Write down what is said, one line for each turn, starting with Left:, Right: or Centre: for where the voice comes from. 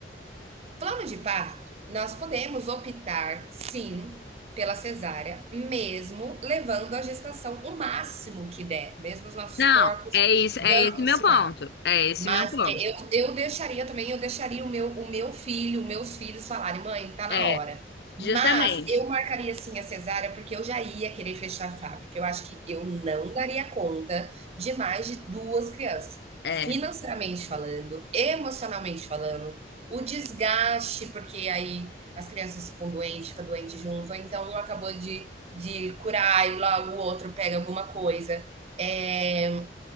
Right: Plano de parto, nós podemos optar, sim, pela cesárea, mesmo levando a gestação o máximo que der, mesmo os nossos
Left: Não,
Right: corpos
Left: é isso,
Right: dando
Left: é esse meu
Right: sinal.
Left: ponto. É esse
Right: Mas
Left: meu ponto.
Right: é, eu, eu deixaria também, eu deixaria o meu, o meu filho, os meus filhos falarem, mãe, tá
Left: É,
Right: na hora. Mas
Left: justamente.
Right: eu marcaria sim a cesárea, porque eu já ia querer fechar a fábrica. Eu acho que eu não daria conta de mais de duas crianças.
Left: É,
Right: Financeiramente falando, emocionalmente falando, o desgaste, porque aí as crianças ficam doentes, fica doente junto, ou então um acabou de, de curar e logo o outro pega alguma coisa. É,